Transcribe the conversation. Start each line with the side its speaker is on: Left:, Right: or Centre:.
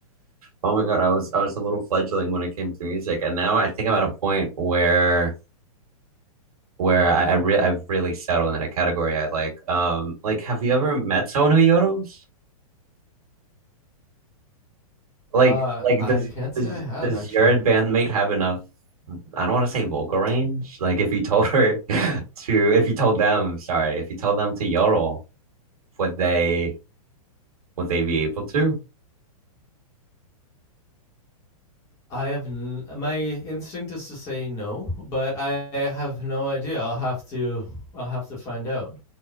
Right: Oh my God, I was I was a little fledgling when it came to music, and now I think I'm at a point where where I, I re I've really settled in a category I like. Um, like have you ever met someone who yodels? Like,
Left: uh,
Right: like
Left: I
Right: does
Left: can't
Right: does
Left: say I have
Right: does
Left: actually.
Right: your bandmate have enough? I don't want to say vocal range. Like, if you told her <laughs> to, if you told them, sorry, if you told them to yodel, would they would they be able to?
Left: I have n- my instinct is to say no, but I have no idea. I'll have to I'll have to find out.